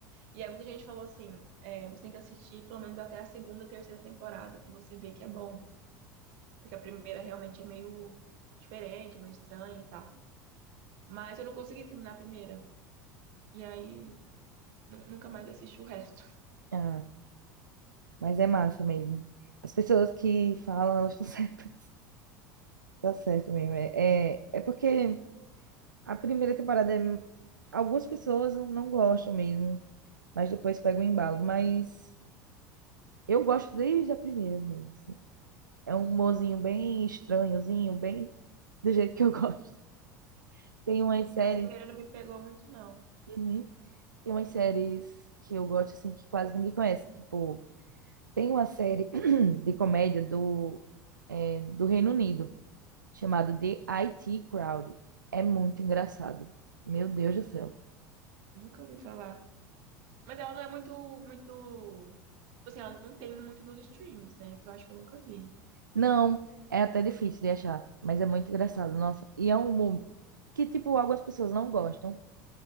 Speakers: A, on the right; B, on the right.
A: E aí muita gente falou assim, é, você tem que assistir pelo menos até a segunda, terceira temporada pra você ver que é bom, porque a primeira realmente é meio diferente, é meio estranha e tal. Mas eu não consegui terminar a primeira. E aí, nu- nunca mais assisti o resto. <laughs>
B: Ah, mas é massa mesmo. As pessoas que falam, elas estão <laughs> certas. Tá certo mesmo. É, é, é porque a primeira temporada é... Algumas pessoas não gostam mesmo, mas depois pega o embalo. Mas eu gosto desde a primeira mesmo. assim. É um humorzinho bem estranhozinho, bem do jeito que eu <laughs> gosto. Tem umas séries.
A: É, A primeira não me pegou muito, não.
B: Uhum. Tem umas séries que eu gosto assim que quase ninguém conhece. Tipo, tem uma série <clears throat> de comédia do, é, do Reino Unido chamado The IT Crowd. É muito engraçado. Meu Deus do céu.
A: Nunca ouvi falar. Mas ela não é muito, muito. Tipo assim, ela não tem muito nos streamings, né? Que eu acho que eu nunca vi.
B: Não, é até difícil de achar, mas é muito engraçado, nossa. E é um humor que, tipo, algumas pessoas não gostam,